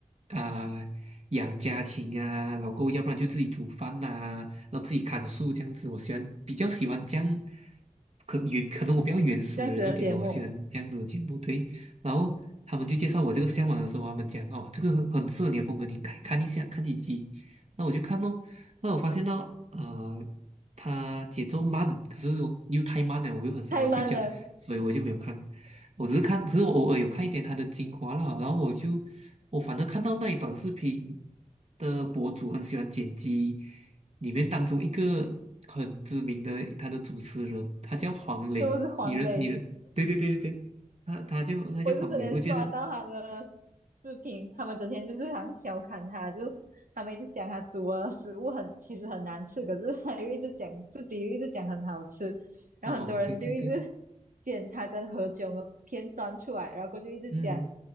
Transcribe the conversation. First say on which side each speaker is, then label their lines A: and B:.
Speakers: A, on the right; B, on the right.
A: 啊养家禽啊，然后够要不然就自己煮饭呐、然后自己砍树这样子。我喜欢比较喜欢这样，可原可能我比较原始人一点哦，
B: 这样子的节目
A: 我喜欢这样子的节目，对。然后他们就介绍我这个向往的时候，他们讲哦，这个很很适合你的风格，你看看一下，看几集。那我就看咯，那我发现到呃，它节奏慢，可是我又太慢了，我又很想要睡觉，
B: 太慢了，
A: 所以我就没有看。我只是看，可是我偶尔有看一点它的精华啦，然后我就我反正看到那一短视频的博主很喜欢剪辑，里面当中一个很知名的他的主持人，他叫黄磊，
B: 是不是黄磊？
A: 你认你认，对对对对他他就他就黄磊，
B: 我也是整天刷到他的
A: 我觉得
B: 视频，他们整天就是好像调侃他，就他们一直讲他煮的食物很其实很难吃，可是他又一直讲自己又一直讲很好吃，然后很多人就一直剪他跟何炅的片段出来，
A: 哦，对对对，
B: 然后过就一直讲，
A: 嗯，